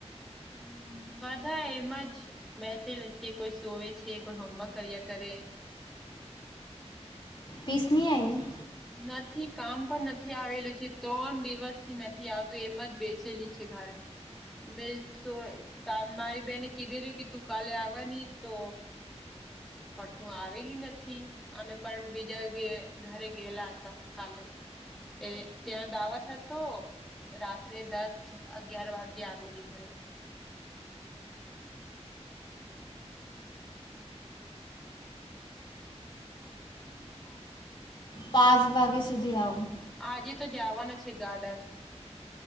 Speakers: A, in the centre; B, on the left (about 45°).
A: હમ બધા એમજ બેસે લ છી કોઈ સોવે છે કોઈ હોમવર્ક કર્યા કરે.
B: પીસની આયવી.
A: નથી કામ પન નથી આવેલું છે ત્રણ દિવસથી નથી આવતું એમ જ બેસેલી છે ઘરે. મે સો તા મારી બેને કીધેલીું કે તું કાલે આવાની તો પણ તું આવેલી નથી અમે પણ બીજા ઘે ઘરે ગેલા હતા કાલે. એ ત્યાં દાવત હતો. તો રાત્રે દસ અગિયાર વાગે આવેલી ઘરે. <unintelligible>
B: પાંચ વાગ્યા સુધી આવું.
A: આજે તો જાવાનું છે ગાર્ડન.